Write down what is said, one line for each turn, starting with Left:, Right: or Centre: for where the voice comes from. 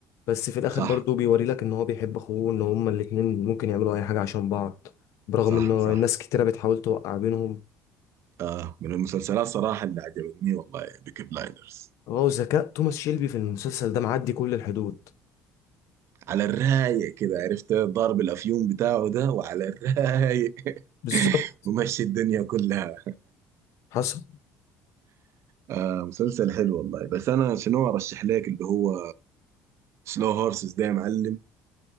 Left: بس في الاخر
Right: صح
Left: برضه بيوري لك ان هو بيحب اخوه ان هما الاتنين ممكن يعملوا اي حاجه عشان بعض برغم
Right: صح
Left: ان الناس
Right: صح
Left: كتيره بتحاول توقع بينهم
Right: آه من المسلسلات صراحة اللي عجبتني والله بيكي بلايندرز
Left: هو ذكاء توماس شيلبي في المسلسل ده معدي كل الحدود
Right: على الرايق كده عرفت ضارب الأفيون بتاعه ده وعلى الرايق <laughs>
Left: بالظبط
Right: ممشي الدنيا كلها
Left: حصل
Right: آه مسلسل حلو والله بس أنا شنو أرشح لك اللي هو سلو هورسز ده يا معلم